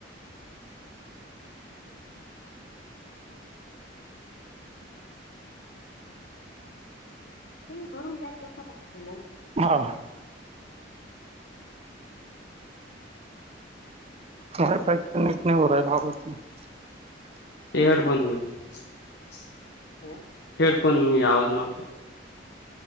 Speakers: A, on the left (about 60°); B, on the right (about 35°).
A: ते भरून दव <unintelligible>
B: हा नाही प नट नाही होयलाव <unintelligible>
A: ते हेडफोन हा. हेडफोन आवाज नव्हता